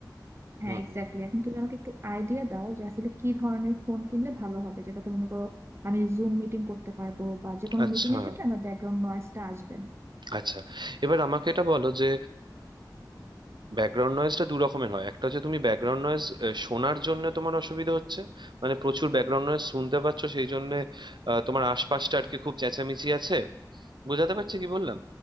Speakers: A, on the right (about 35°); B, on the right (about 85°).
A: হ্যাঁ
B: হুম
A: এক্স্যাক্টলি
B: হুম
A: এখন তুমি আমাকে একটু আইডিয়া দাও যে আসলে কি ধরনের ফোন কিনলে ভালো হবে যেটাতে মনে করো আমি জুম মিটিং করতে পারবো বা যে কোনো
B: আচ্ছা
A: মিটিং এর ক্ষেত্রে আমার ব্যাকগ্রাউন্ড নয়েজটা আসবে না
B: আচ্ছা এবার আমাকে এটা বলো যে ব্যাকগ্রাউন্ড নয়েজটা দু রকমের হয় একটা হচ্ছে তুমি ব্যাকগ্রাউন্ড নয়েজ শোনার জন্য তোমার অসুবিধা হচ্ছে মানে প্রচুর ব্যাকগ্রাউন্ড নয়েজ শুনতে পাচ্ছ সেই জন্য তোমার আশপাশটা আর কি খুব চেঁচামেচি আছে বোঝাতে পারছি কি বললাম